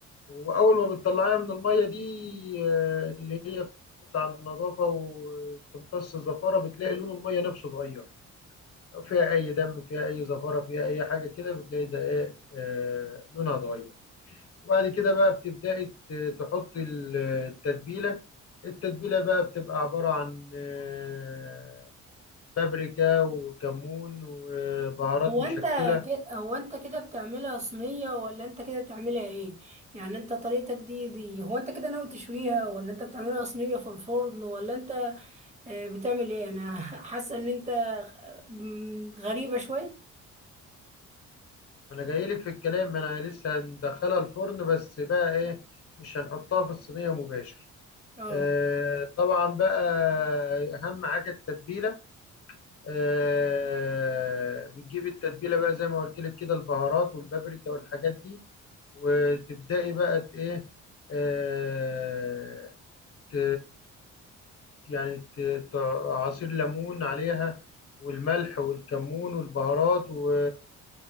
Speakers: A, on the left; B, on the right.
A: واول ما بتطلعيها من الميه دي آه، اللي هي بتاع النظافه وتمتص الزفاره بتلاقي لون الميه نفسه اتغير لو فيها اي دم فيها اي زفاره فيها اي حاجه كده بتلاقي ده ايه آه، لونها اتغير وبعد كده بقى بتبداي ت- تحطي ال- التتبيله التتبيله بقى بتبقى عباره عن آه، بابريكا وكمون وبهارات
B: هو
A: مشكله
B: انت كده هو انت كده بتعملها صينيه ولا انت كده بتعملها ايه يعني انت طريقتك دي دي هو انت كده ناوي تشويها ولا انت بتعملها صينيه في الفرن ولا انت آه، بتعمل ايه انا حاسه ان انت مم، غريبه شويه
A: ما انا جاي لك في الكلام ما انا لسه هندخلها الفرن بس بقى ايه مش هنحطها في الصينيه مباشر
B: اه
A: آه طبعا بقى اهم حاجه التتبيله آه بتجيبي التتبيله بقى زي ما قلت لك كده البهارات والبابريكا والحاجات دي وتبداي بقى ت- ايه آه ت- يعني ت- ت- عصير ليمون عليها والملح والكمون والبهارات و